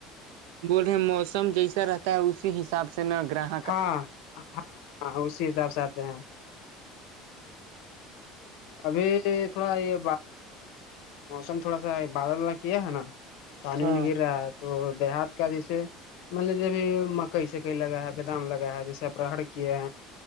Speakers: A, on the right; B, on the left.
A: بولے موسم جیسا رہتا ہے اسی حساب سے نہ گراہ
B: ہاں ہاں ہاں اسی حساب سے آتے ہیں ابھی تھوڑا یہ موسم تھوڑا سا بادل والا کیا ہے نا پانی
A: ہاں
B: میں نہیں گر رہا ہے تو دیہات کا جیسے مطلب جبھی مکئی سکئی لگا ہے بادام لگا ہے جیسے اپہر کیے ہیں